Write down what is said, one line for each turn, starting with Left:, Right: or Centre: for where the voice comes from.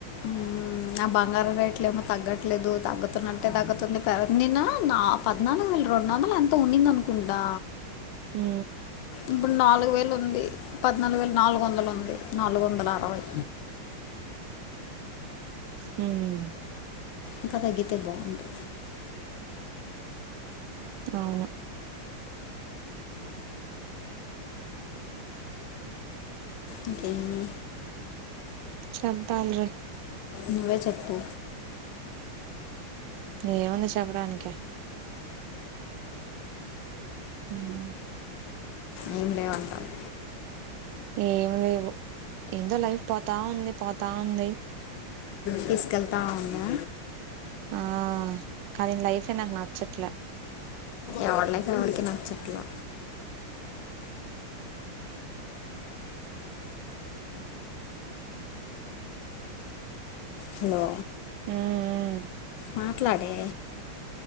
Left: మ్ నా బంగారం రేట్లేమొ తగ్గట్లేదు తగ్గుతున్నట్టే తగ్గుతుంది పెర్ నిన్న పద్నాలుగు వేలు రెండు వందలు ఎంతో ఉన్నిందనుకుంటా
Right: మ్
Left: ఇప్పుడు నాలుగు వేలు ఉంది పద్నాలుగు వేలు నాలుగు వందలు ఉంది నాలుగు వందల అరవై
Right: మ్
Left: ఇంకా తగ్గితే బాగుండు
Right: అవును
Left: ఇంకేమి
Right: చెప్పాల్ రే
Left: నువ్వే చెప్పు
Right: రే ఏముంది చెప్పడానికి మ్
Left: ఏం లేవంటవు
Right: ఏమి లేవు ఏందో లైఫ్ పోతా ఉంది పోతా ఉంది
Left: తీసుకెళ్తా ఉందా
Right: ఆ కానీ లైఫే నాకు నచ్చట్లే
Left: ఎవడిలైఫ్ ఎవరికి నచ్చట్లా హలో
Right: మ్ మ్
Left: మాట్లాడే